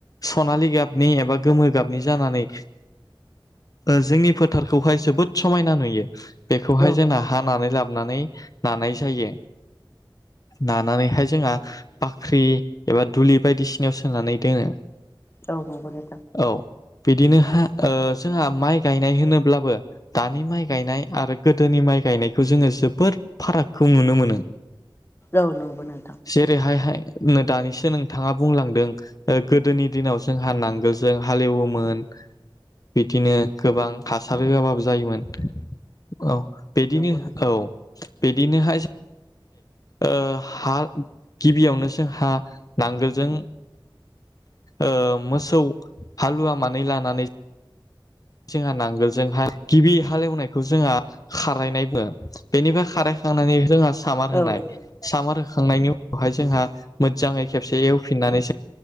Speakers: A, on the left (about 45°); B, on the left (about 30°).
A: सनालि गाबनि एबा गोमो गाबनि जानानै ओ- जोंनि फोथारखौहाय जोबोद समायना नुयो। बेखौहाय
B: नोंथां औ
A: जोंना
B: नंगौ नोंथां
A: हानानै लाबोनानै नानाय जायो नानानैहाय जोंहा बाख्रि एबा दुलि बायदिसिनायाव सोनानै दोनो।
B: औ नंगौ नोंथां
A: औ बिदिनो हा ओ जोंहा माइ गायनाय होनोब्लाबो दानि माइ गायनाय आरो गोदोनि माइ गायनायखौ जोङो जोबोद फारागखौ नुनो मोनो।
B: औ नंगौ नोंथां।
A: जेरैहाय हाय नो दानिसो नोंथाङा बुंलांदों गोदोनि दिनाव जोंहा नांगोलजों हालेवोमोन बिदिनो गोबां हासार होआबाबो जायोमोन। औ बिदिनो
B: नंगौ नोंथां
A: औ। बिदिनोहाय ओ हा गिबियावनो जोंहा नांगोलजों ओ मोसौ हालुवा मानै लानानै जोंहा नांगोलजोंहा गिबि हालेवनायखौ जोंहा खारायनाय बुङो बेनिफ्राय खारायखांनानै जोंहा सामार होनाय
B: औ नंगौ
A: सामार। खांनायनि उनावहाय जोंहा मोजाङै खेबसे एवफिननानैसो